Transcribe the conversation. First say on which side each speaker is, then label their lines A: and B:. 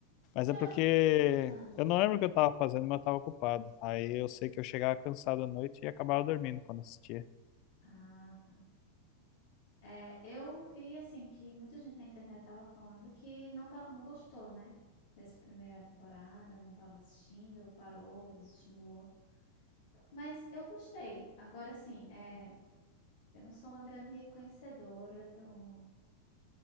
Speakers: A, on the left; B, on the left.
A: Mas é
B: Eu-
A: porque
B: Ah,
A: eu não lembro o que eu tava fazendo, mas eu tava ocupado. Aí eu sei que eu chegava cansado à noite e acabava dormindo quando assistia
B: ah, tá. É, eu vi assim que muita gente na internet tava falando que não tá, não gostou, né? Dessa primeira temporada, não tava assistindo, parou, desestimulou. Mas eu gostei. Agora assim, é, eu não sou uma grande conhecedora do,